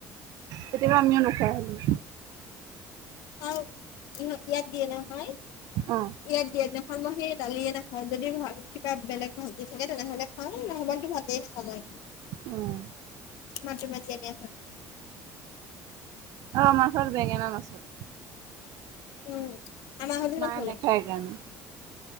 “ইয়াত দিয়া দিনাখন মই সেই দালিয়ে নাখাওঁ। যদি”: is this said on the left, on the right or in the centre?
Left